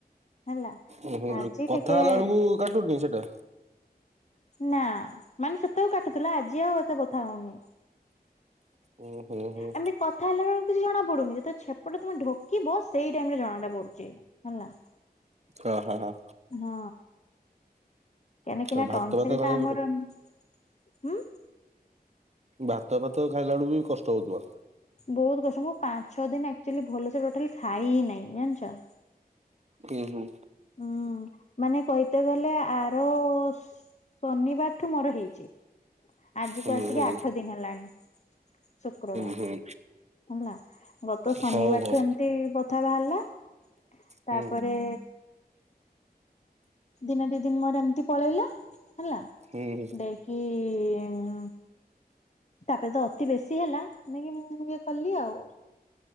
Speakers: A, on the left; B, on the right.
A: ହେଲା
B: ଉହୁଁ
A: ଆଜି
B: କଥା
A: ଟିକେ
B: ହେଲା ବେଳକୁ କାଟୁନି ସେଟା?
A: ନା ମାନେ ସେତେବେଳୁ କାଟୁଥିଲା ଆଜି ଆଉ ଏତେ ବଥା ହଉନି।
B: ହୁଁ ହୁଁ ହୁଁ
A: ଏମିତି କଥା ହେଲା ବେଳକୁ କିଛି ଜଣା ପଡୁନି ଯେତେବେଳେ ଛେପଟା ତମେ ଢୋକିବ ସେଇ ଟାଇମରେ ଜଣା ଟା ପଡୁଛି ହେଲା
B: ହଁ ହଁ ହଁ
A: ହଁ। କାହିଁକିନା
B: ତ ଭାତ
A: ଟନସେଲ
B: ଭାତ ଖାଇବାକୁ
A: ଟା ଆମର
B: ପଡେ
A: ହୁଁ
B: ଭାତ ଫାତ ଖାଇଲା ବେଳୁ ବି କଷ୍ଟ ହଉଥିବ।
A: ବହୁତ କଷ୍ଟ ମୁଁ ପାଞ୍ଚ ଛଅ ଦିନ ଆକଚୁଆଲି ଭଲସେ ଟୋଟାଲି ଖାଇ ହି ନାହିଁ ଜାଣିଛ।
B: ହୁଁ ହୁଁ
A: ହଁ ମାନେ କହିତେ ଗଲେ ଆର ଶନିବାର ଠୁ ମୋର ହେଇଛି। ଆଜି
B: ହୁଁ
A: କୁ ଆସିକି
B: ହୁଁ
A: ଆଠ ଦିନ ହେଲାଣି ଶୁକ୍ରବାର
B: ହୁଁ ହୁଁ
A: ହେଲା। ଗତ ଶନିବାରଠୁ
B: ହଉ ହଉ
A: ଏମିତି ବଥା ବାହାରିଲା। ତାପରେ
B: ହୁଁ
A: ଦିନେ ଦି ଦିନ ମୋର ଏମିତି ପଳେଇଲା ହେଲା
B: ହୁଁ ହୁଁ
A: ଦେଇକି ଉଁ ତାପରେ ତ ଅତି ବେଶୀ ହେଲା ନାନ କି ମୁଁ ଇଏ କଲି ଆଉ।